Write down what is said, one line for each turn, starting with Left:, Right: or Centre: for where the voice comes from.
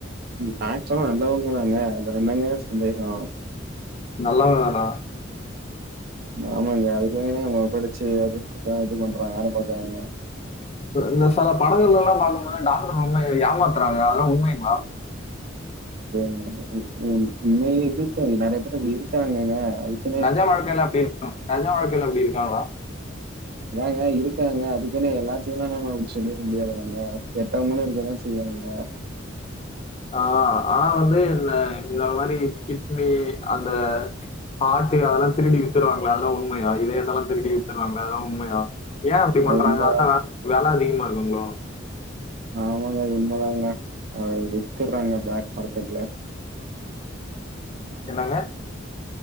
Right: ம் டாக்ட்ரெல்லா நல்லவங்க தாங்க அதுல என்னங்க சந்தேகோ
Left: நல்லவ தானா
Right: ஆமாங்க அதுக்காக தான அவுங்க படிச்சு அதுக்குதா இது பண்றங்க வேல பாக்கறாங்க
Left: அ இந்த செல படங்கள்ளெல்லா பாக்கும்போது டாக்டர் ரொம்ப ஏமாத்துறாங்க அதெல்லா உண்மைங்ளா
Right: <unintelligible> உண்மையில இருக்கு நெறைய பேரு அப்டி இருக்காங்கங்க அதுக்
Left: நெஜ வாழ்க்கைல அப்டி இருக்கா நெஜ வாழ்க்கைல அப்டி இருக்காங்ளா
Right: அதாங்க இருக்காங்கங்க அதுக்குன்னு எல்லாத்தியுல்லா நாம அப்டி சொல்லிட முடியாதுல்லங்க கெட்டவங்களு இருக்கதா செய்வாங்கங்க
Left: ஆ ஆனா வந்து இந்த இந்த மாரி கிட்னி அந்த ஹாட்டு அதெல்லா திருடி வித்துருவாங்லே அதெல்லா உண்மையா இதயத்தல்லா திருடி வித்துருவாங்ல அதெல்லா உண்மையா நா ஏ அப்டி
Right: அது
Left: பண்றாங்க
Right: உண்மைதான்
Left: அடுதா வெல அதிகமா இருக்குங்ளோ
Right: ஆமாங்க உன்மதாங்க அத வித்துட்றாங்க ப்ளாக் மார்கெட்ல
Left: என்னங்க